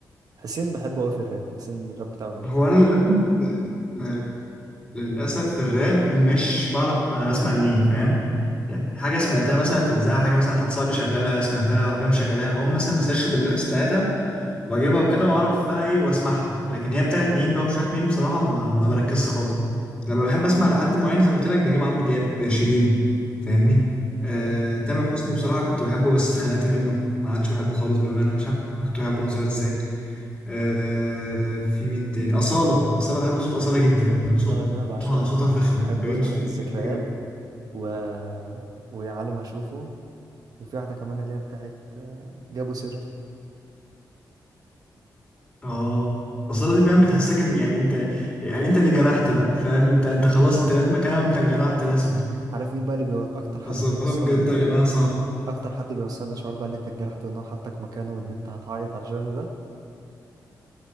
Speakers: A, on the right; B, on the left.
A: حسين بحبه أوي في الراب حسين الراب بتاعه جميل
B: هو انا للاسف آه، آه، للاسف في الراب مش بعرف انا بسمع لمين فاهم يعني حاجه سمعتها مثلا في الاذاعه حاجه مثلا حد صاحبي شغالها سمعتها عربيه مشغلاها بقوم مثلا بسيرش بالليركس بتاعتها واجيبها وكده واعرف بقى ايه واسمعها لكن هي بتاعت مين بقى وشويه مين بصراحه ما, ما بركزش خالص لما بحب اسمع لحد معين زي ما قلت لك بجيب عمرو دياب شيرين فاهمني آه،
A: أيوة.
B: تامر حسني بصراحه كنت بحبه بس اتخنقت منه ما عادش بحبه خالص بامانه مش عارف كنت بحبه وانا صغير ازاي آه، في مين تاني اصاله اصاله بحب صوت اصاله جدا صوتها
A: الصلاة دي أنا بعشقها
B: صوتها فخم
A: بحب
B: بجد
A: خانات
B: صوتها
A: الذكريات
B: فخم بجد
A: و... ويا عالم أشوفه وفي واحدة كمان اللي هي بتاعت آه، جابوا سيرته
B: اه اصاله دي فاهم بتحسسك ان يعني انت يعني انت اللي انجرحت بقى فاهم انت انت
A: عارفين؟
B: خلاص انت
A: آه.
B: بقيت مكانها وانت انجرحت رسمي
A: عارف مين بقى اللي بيو... أكتر حد
B: اصل
A: بيوصل
B: انا بجد
A: لي
B: غناها صعب
A: أكتر حد بيوصل لي شعور بقى اللي أنت اتجرحت وإن هو حطك مكانه وإن أنت هتعيط علشانه ده